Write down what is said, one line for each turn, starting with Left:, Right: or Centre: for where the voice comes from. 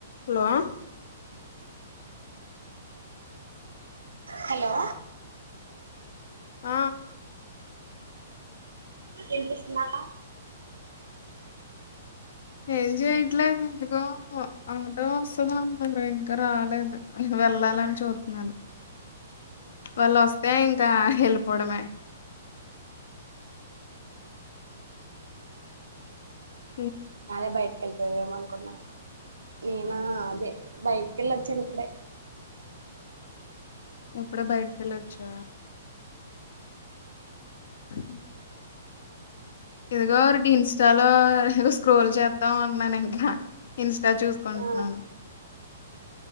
Left: హలోవా
Right: hello
Left: ఆ
Right: ఎంపిస్తున్నాక
Left: ఏం చేయట్లేకో ఆట వస్తద అంద ఇంకా రాలేదు వెళ్ళాలని చూతున్నాను వాళ్ళు వ కా హళపోడమే అ
Right: అద బయటకిెళ్పోవేమ అనుకోొ నాకు నేనా అదే బయటిక వెళ్ళ వచ్చాను ఇప్పుడే
Left: ఎప్పుడే బయటిక వెళ్ళొచ్చావా హ ఇదిగో ఒకటి ఇన్స్టాలో ఇం స్క్రోల్ చేద్దాం అన్నాను ఇంకా ఇన్స్టా చూసుకుంటున్నాను
Right: ఆ